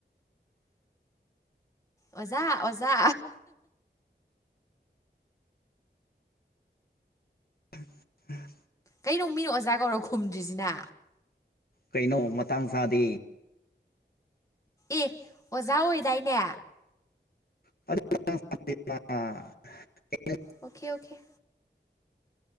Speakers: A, on the left (about 15°); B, on the left (about 55°).
A: ꯑꯣꯖꯥ ꯑꯣꯖꯥ꯫
B: ꯫
A: ꯀꯩꯅꯣ ꯃꯤꯅ ꯑꯣꯖꯥ ꯀꯧꯔ ꯈꯨꯝꯗ꯭ꯔꯤꯁꯤꯅ꯫
B: ꯀꯩꯅꯣ ꯃꯇꯥꯡ ꯆꯥꯗꯦ꯫
A: ꯑꯦ ꯑꯣꯖꯥ ꯑꯣꯏꯗꯥꯏꯅꯦ꯫
B: <unintelligible>
A: ꯑꯣꯈ‌ꯦ ꯑꯣꯈ‌ꯦ